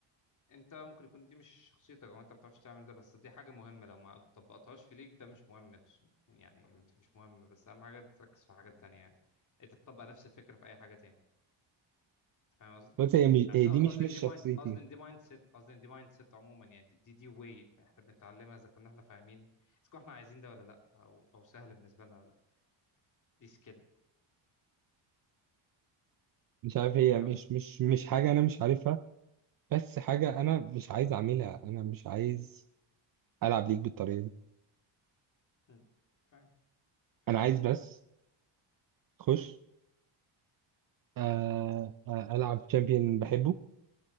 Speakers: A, on the left; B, on the right.
A: انت ممكن يكون دي مش شخصيتك او انت ما بتعرفش تعمل ده بس دي حاجه مهمه لو ما طبقتهاش في ليك ده مش مهم يعني مش مهم بس اهم حاجه أنت تركز في حاجات تانية يعني انت تطبق نفس الفكره في اي حاجه تاني أنت فاهم قصدي؟
B: بص هي مش-
A: يعني
B: هي
A: أصل-
B: دي مش
A: قصدي
B: مش
A: إن دي
B: شخصيتي
A: مايند قصدي إن دي مايند سيت قصدي إن دي مايند سيت عموما يعني دي دي, دي واي احنا بنتعلمها اذا كنا احنا فاهمين اذا كنا احنا عايزين ده ولا لا او او سهل بالنسبه لنا ولا لا دي سكيل
B: مش عارف هي
A: فاهم
B: مش مش مش حاجة أنا مش عارفها بس حاجة أنا مش عايز أعملها أنا مش عايز ألعب ليك بالطريقة دي
A: م. فاهم فاهم
B: أنا عايز
A: قصدي
B: بس أخش آه، آه، ألعب شامبيون بحبه